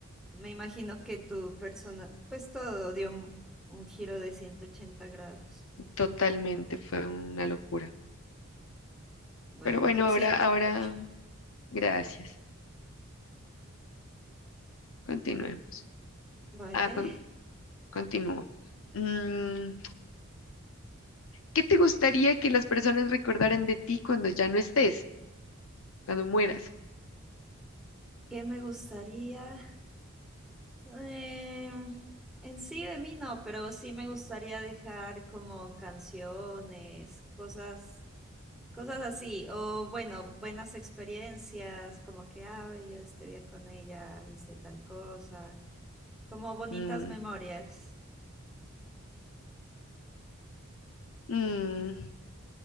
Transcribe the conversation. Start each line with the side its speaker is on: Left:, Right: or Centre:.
Centre: me imagino que tu persona, pues todo dio un, un giro de 180 grados.
Left: totalmente, fue una locura.
Centre: Bueno,
Left: Pero bueno,
Centre: lo
Left: ahora,
Centre: siento
Left: ahora,
Centre: mucho.
Left: gracias. Continuemos.
Centre: Vale,
Left: Ah, con- continúo. Mm, ¿qué te gustaría que las personas recordaran de ti cuando ya no estés, cuando mueras?
Centre: ¿qué me gustaría? Eh, en sí de mí no, pero sí me gustaría dejar como canciones, cosas, cosas así, o bueno, buenas experiencias, como que, ah, ve, yo este día con ella hice tal cosa, como bonitas
Left: Mm,
Centre: memorias.
Left: mm.